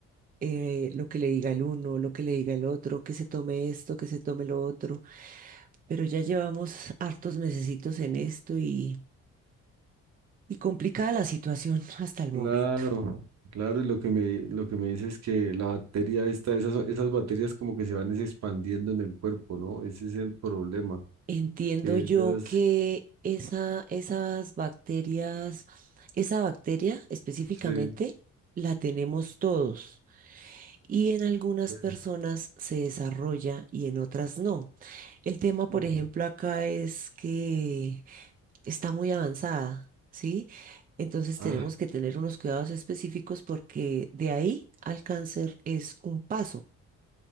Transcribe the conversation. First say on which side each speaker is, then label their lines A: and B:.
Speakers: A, on the right; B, on the right.
A: eh, lo que le diga el uno, lo que le diga el otro, que se tome esto, que se tome lo otro. Pero ya llevamos hartos mesecitos en esto y, y complicada la situación <laughs> hasta el
B: Claro,
A: momento.
B: claro, y lo que me, lo que me dice es que la bacteria esta, esas, esas bacterias como que se van es expandiendo en el cuerpo, ¿no? Ese es el problema,
A: Entiendo
B: que
A: yo
B: ellas,
A: que esa, esas bacterias, esa bacteria específicamente,
B: sí.
A: la tenemos todos y en algunas
B: sí.
A: personas se desarrolla y en otras no. El tema,
B: Uy,
A: por ejemplo, acá es que está muy avanzada, ¿sí? Entonces
B: ah,
A: tenemos que tener unos cuidados específicos porque de ahí al cáncer es un paso.